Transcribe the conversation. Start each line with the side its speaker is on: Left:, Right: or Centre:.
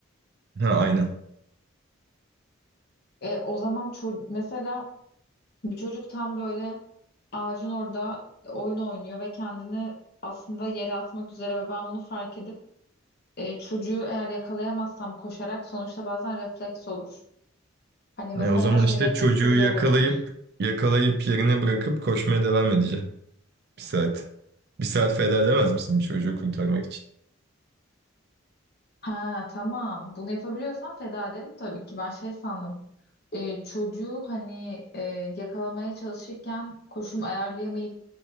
Right: Ha aynen.
Left: E, o zaman ço- mesela Bir çocuk tam böyle ağacın orada oyun oynuyor ve kendini aslında yere atmak üzere ve ben bunu fark edip e, çocuğu eğer yakalayamazsam koşarak sonuçta bazen refleks olur. Hani mesela
Right: E, o zaman
Left: şey
Right: işte
Left: refleksi
Right: çocuğu
Left: bile
Right: yakalayıp
Left: olabilir.
Right: yakalayıp yerine bırakıp koşmaya devam edeceğim. Bir saat. Bir saat feda edemez misin bir çocuğu kurtarmak için?
Left: Ha tamam bunu yapabiliyorsan feda ederim tabii ki ben şey sandım. E, çocuğu hani e, yakalamaya çalışırken koşum ayarlayamayıp